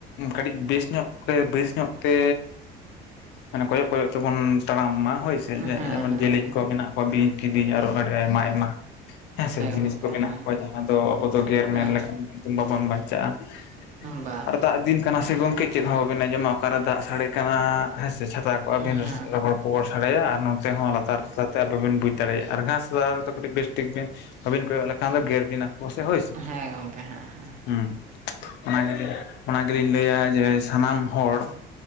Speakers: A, on the left; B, on the right.
A: ᱠᱟᱹᱴᱤᱡ ᱵᱮᱥ ᱧᱚᱜ ᱛᱮ ᱵᱮᱥ ᱧᱚᱜ ᱛᱮ ᱢᱟᱱᱮ ᱠᱚᱭᱚᱜ ᱠᱚᱭᱚᱜ ᱛᱮᱵᱚᱱ ᱛᱟᱲᱟᱢ ᱢᱟ ᱦᱳᱭᱥᱮ
B: ᱦᱮᱸ
A: ᱡᱮ-ᱡᱮᱢᱚᱱ
B: ᱦᱮᱸ
A: ᱡᱮᱞᱮᱧ ᱠᱚ ᱢᱮᱱᱟᱜ ᱠᱚᱣᱟ ᱵᱤᱧ ᱠᱤᱫᱤᱧ ᱟᱨᱚ ᱟᱹᱰᱤ ᱟᱭᱢᱟ ᱟᱭᱢᱟ ᱾ ᱦᱮᱸ ᱥᱮ ᱡᱤᱱᱤᱥ
B: ᱜᱚᱝᱠᱮ
A: ᱠᱚ ᱢᱮᱱᱟᱜ
B: ᱦᱮᱸ
A: ᱠᱚᱭᱟ ᱡᱟᱦᱟᱸ ᱫᱚ ᱟᱵᱚ ᱫᱚ ᱜᱮᱨ
B: ᱦᱮᱸ
A: ᱢᱮᱨ ᱞᱮᱠᱷᱟᱱ ᱵᱟᱵᱚᱱ ᱵᱟᱧᱪᱟᱜᱼᱟ ᱾
B: ᱵᱟᱝ
A: ᱟᱨ ᱫᱟᱜ ᱫᱤᱱ ᱠᱟᱱᱟ ᱥᱮ ᱜᱚᱝᱠᱮ ᱪᱮᱫ ᱦᱚᱸ ᱵᱟᱵᱮᱱ ᱟᱸᱡᱚᱢᱟ ᱚᱠᱟᱨᱮ ᱫᱟᱜ ᱥᱟᱲᱮ ᱠᱟᱱᱟᱻ ᱦᱮᱸᱥᱮ ᱪᱷᱟᱛᱟ ᱠᱚᱜᱼᱟ ᱵᱤᱱ
B: ᱦᱮᱸ
A: ᱞᱚᱦᱚᱫ ᱠᱚᱠᱚ ᱥᱟᱲᱮᱭᱟ ᱟᱨ ᱱᱚᱛᱮ ᱦᱚᱸ ᱞᱟᱛᱟᱨ ᱥᱟᱶᱛᱮ ᱵᱟᱵᱮᱱ ᱵᱩᱡ ᱫᱟᱲᱮᱭᱟᱜᱼᱟ ᱟᱨ ᱜᱷᱟᱥ ᱛᱟᱞᱟ ᱨᱮᱫᱚ ᱠᱟᱹᱴᱤᱡ ᱵᱮᱥᱴᱷᱤᱠ ᱵᱤᱱ ᱵᱟᱵᱤᱱ ᱠᱚᱭᱚᱜ ᱞᱮᱠᱷᱟᱱ ᱫᱚ ᱜᱮᱨ ᱵᱤᱱᱟ ᱠᱚ ᱥᱮ ᱦᱳᱭ ᱥᱮ
B: ᱦᱮᱸ ᱜᱚᱝᱠᱮ ᱦᱮᱸ ᱦᱮᱸ
A: ᱦᱩᱸ᱾ ᱚᱱᱟ ᱜᱮᱞᱤᱧ ᱚᱱᱟ ᱜᱮᱞᱤᱧ ᱞᱟᱹᱭᱟ ᱡᱮ ᱥᱟᱱᱟᱢ ᱦᱚᱲ